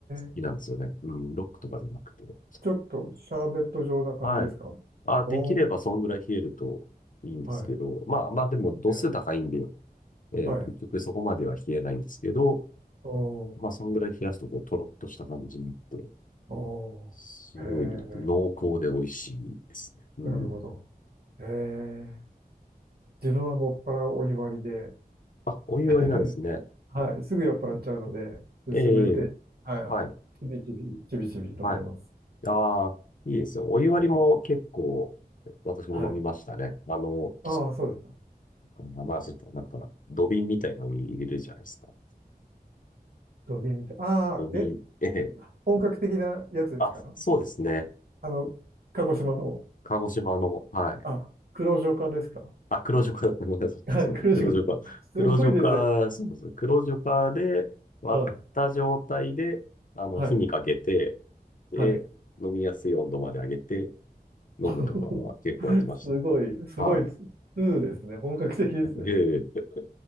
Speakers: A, on the right; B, on the left.
A: ー、
B: きなんですよね。うん、ロックとかじゃなくて。
A: ちょっとシャーベット状な感じですか
B: はい。あ、できればそんぐらい冷えるといいんですけど、
A: おー。はい。
B: まあまあでも度数高いんで、
A: え
B: えー結局そこまでは冷えないんですけど、
A: ー、はい。おー。
B: まあそんぐらい冷やすとこうトロッとした感じになって、
A: おー。
B: すごい濃厚で美味しいですね。
A: へ
B: うん。
A: え、なるほど。へえ、自分はもっぱらお湯割りで
B: あ、お湯割りなんですね。
A: <laughs> はい、すぐ酔っ払っちゃうので、薄めて、
B: ええ、
A: はい、
B: はい、
A: ちびちび、ちびちび飲んでます。
B: はい。ああ、いいですよ。お湯割りも結構、
A: はい。
B: 私も飲みましたね。
A: はい。
B: あの、
A: ああ、そうですか。
B: 名前忘れた、なんか、土瓶みたいなのに入れるじゃないですか。
A: ドビーみたい。ああ、
B: 土瓶、
A: え、
B: ええ。
A: 本格的なやつですか
B: あ、そうですね。
A: あの、鹿児島の、
B: 鹿児島の、はい。
A: あ、黒潮化ですか
B: あ、黒ジョカだ。<laughs> ごめんなさい。
A: はい、
B: そう、
A: 黒潮化。
B: 黒ジョカ。
A: <laughs> すごいですね。
B: 黒ジョカ、そうです。黒ジョカで割った状態で、
A: はい、
B: あの、
A: はい、
B: 火にかけて、で、
A: はい。
B: 飲みやすい温度まで上げて飲むとかは結構やってました。
A: <laughs> すごい、すごいツ、
B: は
A: ツーですね。本格的ですね。
B: い。<laughs> ええ